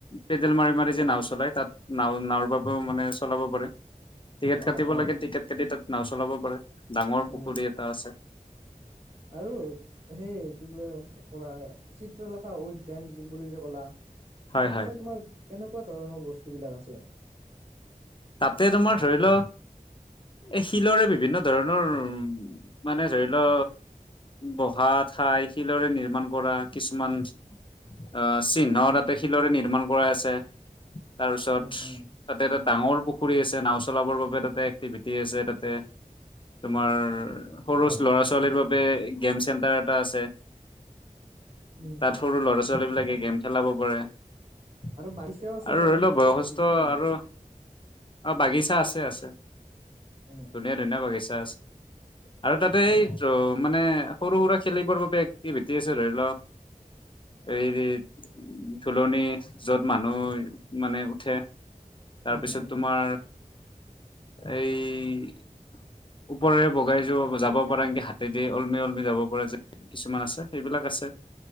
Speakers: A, on the left (about 35°); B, on the right (about 45°).
A: পেডেল মাৰি মাৰি যে নাও চলাই, তাত নাও নাওৰ বাবেও মানে চলাব পাৰে। টিকেট
B: অ
A: কাটিব
B: অ
A: লাগে টিকেট কাটি তাত নাও চলাব পাৰে ডাঙৰ
B: উম
A: পুখুৰী এটা আছে।
B: আৰু সেই কি বুলি কলা চিত্ৰলেখা উদ্যান বুলি যে কলা
A: হয়
B: তাত
A: হয়।
B: মানে তোমাৰ কেনেকুৱা ধৰণৰ বস্তু বিলাক আছে?
A: তাতে তোমাৰ ধৰি ল এই শিলৰে বিভিন্ন ধৰণৰ উ মানে ধৰি ল বহা ঠাই শিলৰে নিৰ্মাণ কৰা কিছুমান আহ চিহ্ন
B: উম
A: তাতে শিলৰে নিৰ্মাণ কৰাই আছে। তাৰপিছত
B: উম উম
A: তাতে এটা ডাঙৰ পুখুৰী আছে নাও চলাবৰ বাবে তাতে এক্টিভিটি আছে তাতে তোমাৰ সৰু
B: অ
A: ল'ৰা ছোৱালীৰ বাবে গেম চেণ্টাৰ এটা আছে।
B: উম
A: তাত
B: উম
A: সৰু ল'ৰা ছোৱালী বিলাকে গেম খেলাব পাৰে। আৰু
B: বাগিচাও আছে চাগে
A: ধৰি
B: মই
A: লও
B: ফটোত
A: বয়সস্থ
B: দেখিছো মানে
A: আৰু অ বাগিচা আছে আছে।
B: উম
A: ধুনীয়া
B: উম
A: ধুনীয়া বাগিচা আছে। আৰু তাতে এই
B: অ
A: মানে সৰু সুৰা খেলিবৰ বাবে একটি ভেটি আছে ধৰি ল এইৰেত ধুলনি য'ত মানুহ মানে উঠে তাৰপিছত
B: উম উম
A: আৰ এই ওপৰে বগাই যাব পৰা এনকে হাতে দি ওলমি ওলমি যাব পৰা যে কিছুমান আছে। সেইবিলাক আছে